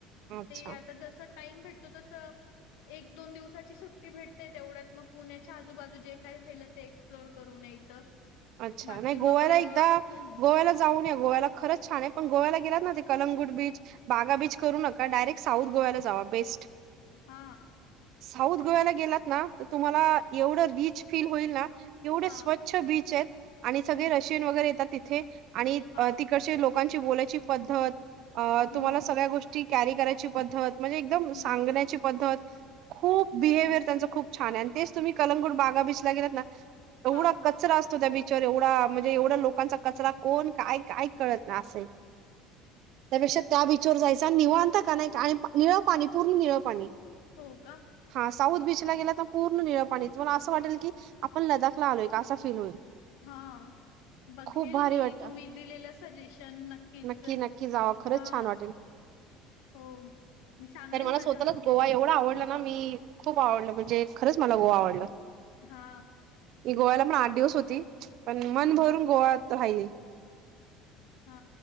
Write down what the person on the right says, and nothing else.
अच्छा
अच्छा
नाही गोव्याला
एकदा
गोव्याला जाऊन या. गोव्याला खरंच छान आहे पण गोव्याला गेलात ना ते कलंगूट बीच, बागा बीच करू नका डायरेक्ट साऊथ गोव्याला जावा. बेस्ट
साऊथ गोव्याला गेलात ना तर तुम्हाला एवढं रिच फील होईल ना. एवढे
स्वच्छ बीच आहेत आणि सगळे
रशियन वगैरे येतात तिथे आणि
तिकडचे लोक लोकांची बोलायची पद्धत अ
तुम्हाला सगळ्या गोष्टी कॅरी करायची पद्धत म्हणजे एकदम
सांगण्याची पद्धत खूप बिहेव्हियर त्यांच खूप छान आहे आणि तेच तुम्ही कलंगूट बागा बीचला गेलात ना एवढा
कचरा असतो त्या बिचवर एवढा म्हणजे एवढा लोकांचा कचरा कोण काय काय कळत आसय त्यापेक्षा त्या बीच वर जायचं आणि निवांत का नाही आणि निळं पाणी पूर्ण निळं पाणी
हा साऊथ बीच ला गेला तर पूर्ण निळ पाणी कला असं वाटेल की आपण लदाखला आलोय का असा फील होईल.
खूप भारी
वाटत
नक्की नक्की जावा खरंच
छान वाटेल
तर मला
स्वतःलाच
गोवा एवढा आवडला ना मी खूप आवडलं म्हणजे खरंच मला गोवा आवडलं.
मी गोव्याला पण आठ दिवस होती. पण मन
भरून गोवात राहिली.